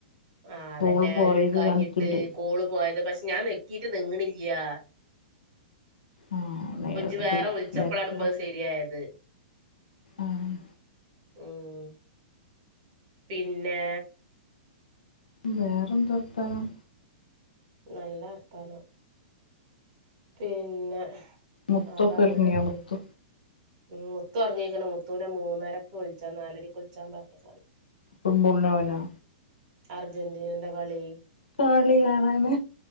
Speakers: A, on the right; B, on the left.
A: ആഹ് അതന്നെ.
B: കോള് പോയത്
A: അത്ഇട്ക്കാഞ്ഞിട്ട്
B: കാണിക്ക്ണ്ട്
A: കോള് പോയത് പക്ഷെ ഞാൻ നെക്കീറ്റ് നെങ്ങിണില്യാ.
B: ആഹ് നേ
A: ഇപ്പ ജജ്
B: അത്
A: വേറെ വിളിച്ചപ്പളാണ്പ്പത്
B: നെറ്റ്
A: ശരിയായത്.
B: ആഹ്
A: ഉം പിന്നെ
B: വേറന്താ വർത്താനം?
A: നല്ല വർത്താനം. പിന്നെ
B: മുത്തു
A: അപ്പൊ
B: ഒക്കൊർങിയാ
A: അങ്ങനൊക്കെ
B: മുത്തു
A: ഉം മുത്തു ഒർങീക്ണ് മുത്തൂനെ മൂന്നരക്ക് വിൾച്ചാ നാലണിക്ക് വിൾച്ചാ പറഞ്ഞ്കാണ്ട്.
B: ഫുഡ്ബോൾനൊവാനൊ?
A: അർജന്റീനന്റെ കളി
B: കളി കാണാന്